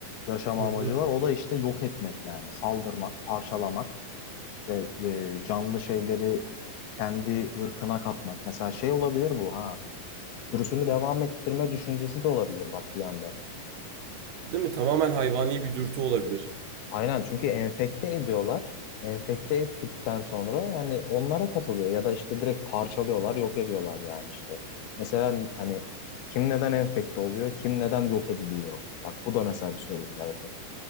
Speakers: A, on the left (about 80°); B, on the right (about 70°).
A: yaşama
B: Hı
A: amacı
B: hı.
A: var. O da işte yok etmek yani saldırmak, parçalamak ve e, canlı şeyleri kendi ırkına katmak. Mesela şey olabilir bu ha. Sürüsünü devam ettirme düşüncesi de olabilir bak bir yandan.
B: Değil mi? Tamamen hayvani bir dürtü olabilir.
A: Aynen çünkü enfekte ediyorlar. Enfekte ettikten sonra yani onlara katılıyor ya da işte direkt parçalıyorlar, yok ediyorlar yani işte. Mesela hani kim neden enfekte oluyor, kim neden yok ediliyor? Bak bu da mesela bir soru işareti.